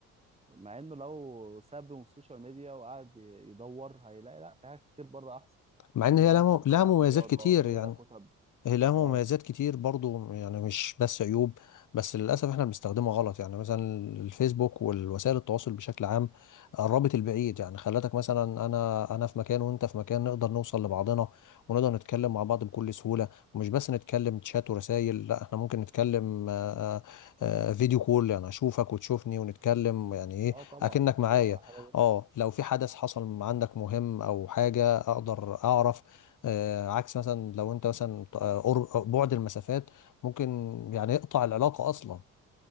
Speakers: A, on the right (about 15°); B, on the left (about 55°).
A: مع انه لو ساب من السوشيال ميديا وقعد ي- يدور هيلاقي لا في حاجات كتير بره احسن
B: مع ان
A: اللي
B: هي
A: هو
B: لها
A: مثلا
B: مو- لها
A: يلعب
B: مميزات
A: رياضه
B: كتير
A: يقرا
B: يعني
A: كتب
B: هي لها مميزات
A: اه
B: كتير برضو يعني مش بس عيوب بس للأسف احنا بنستخدمها غلط يعني مثلا الفيسبوك والوسائل التواصل بشكل عام قربت البعيد يعني خلتك مثلا انا انا في مكان وانت في مكان نقدر نوصل لبعضنا ونقدر نتكلم مع بعض بكل سهولة ومش بس نتكلم تشات ورسائل لا احنا ممكن نتكلم آه، آه، فيديو كول يعني اشوفك وتشوفني ونتكلم يعني ايه
A: اه طبعا
B: اكنك معايا
A: هي حلوه جدا
B: اه لو في حدث حصل عندك مهم او حاجة اقدر اعرف آه، عكس مثلا لو انت مثلا آه، قر- بعد المسافات ممكن يعني يقطع العلاقة اصلا